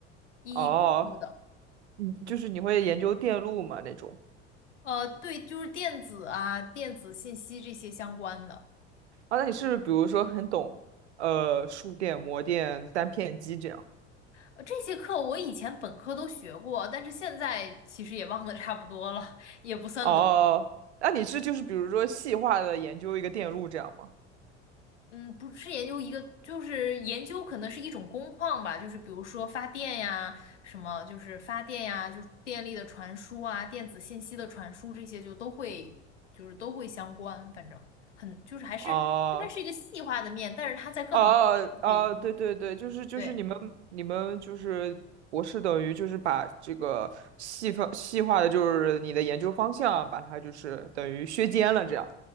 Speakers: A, on the left (about 75°); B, on the right (about 70°).
A: ，EE
B: 哦，
A: 公司的，
B: 你就是你会研究电路吗那种？
A: 呃，对，就是电子啊、电子信息这些相关的。
B: 啊，那你是不是比如说很懂呃数电、模电、单片机这样？
A: 呃这些课我以前本科都学过，但是现在其实也忘得差不多了，也不算懂。
B: 哦哦哦，那你是就是比如说细化的研究一个电路这样吗？
A: 嗯，不是研究一个，就是研究可能是一种工况吧，就是比如说发电呀，什么就是发电呀，就是电力的传输啊，电子信息的传输这些就都会，就是都会相关，反正很就是还是它是一个细化的面，
B: 哦
A: 但是它在各行各业都可以，
B: 哦哦，哦对对对，就是就是你们你们就是博士等于就是把这个细分细化的就是你的研究方向，
A: 对，
B: 把它就是等于削尖了这样。